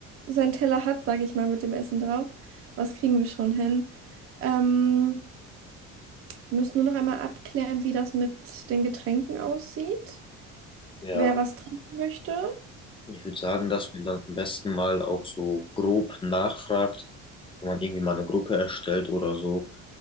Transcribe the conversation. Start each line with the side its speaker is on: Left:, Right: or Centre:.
Right: seinen Teller hat, sage ich mal, mit dem Essen drauf. Was kriegen wir schon hin? Ähm, wir müssen nur noch einmal abklären, wie das mit den Getränken aussieht.
Left: Ja,
Right: wer was trinken möchte.
Left: ich würde sagen, dass man dann am besten mal auch so grob nachfragt, wenn man irgendwie mal eine Gruppe erstellt oder so,